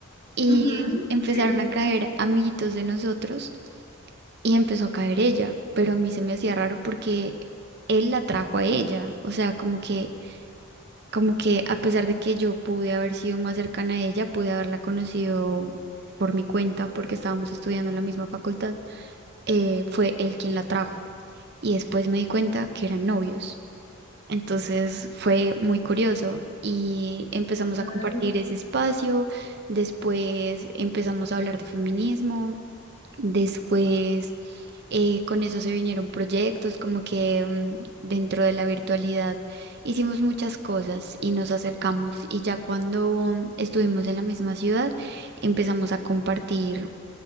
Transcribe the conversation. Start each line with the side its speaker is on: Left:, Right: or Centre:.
Right: Y
Left: ujú,
Right: empezaron
Left: sí.
Right: a caer amiguitos de nosotros y empezó a caer ella, pero a mí se me hacía raro porque él la trajo a ella. O sea, como que, como que a pesar de que yo pude haber sido más cercana a ella, pude haberla conocido por mi cuenta porque estábamos estudiando en la misma facultad eh, fue él quien la trajo. Y después me di cuenta que eran novios. Entonces fue muy curioso y empezamos
Left: Claro.
Right: a compartir ese espacio. Después empezamos a hablar de feminismo. Después eh, con eso se vinieron proyectos, como que mm, dentro de la virtualidad hicimos muchas cosas y nos acercamos. Y ya cuando estuvimos en la misma ciudad, empezamos a compartir